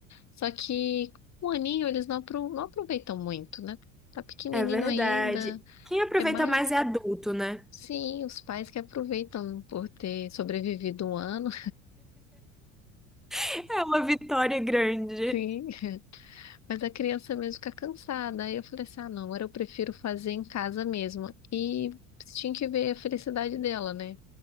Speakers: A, on the left; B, in the centre.
A: só que um aninho eles não, apro- não aproveitam muito, né, tá pequenininho
B: é verdade.
A: ainda,
B: Quem aproveita
A: é mais,
B: mais é adulto, né?
A: sim, os pais que aproveitam por ter sobrevivido um ano,
B: <laughs> É uma vitória grande.
A: <laughs> sim, Mas a criança mesmo fica cansada. Aí eu falei assim: ah, não, agora eu prefiro fazer em casa mesmo. E você tinha que ver a felicidade dela, né?